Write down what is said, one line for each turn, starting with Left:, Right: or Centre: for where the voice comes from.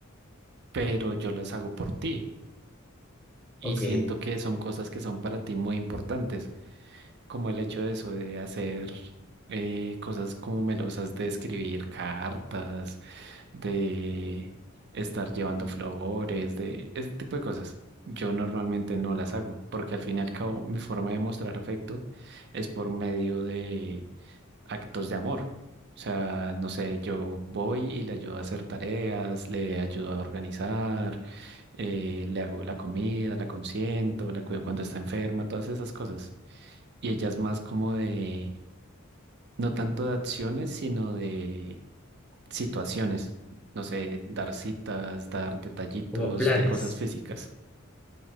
Right: pero yo las hago por ti. Y
Centre: Ok,
Right: siento que son cosas que son para ti muy importantes, como el hecho de eso, de hacer eh, cosas como melosas, de escribir cartas, de estar llevando flores, de ese tipo de cosas. Yo normalmente no las hago, porque al fin y al cabo mi forma de mostrar afecto es por medio de actos de amor. O sea, no sé, yo voy y le ayudo a hacer tareas, le ayudo a organizar eh, le hago la comida, la consiento, la cuido cuando está enferma, todas esas cosas. Y ella es más como de, no tanto de acciones, sino de situaciones. No sé, dar citas, dar detallitos
Centre: como planes,
Right: de cosas físicas.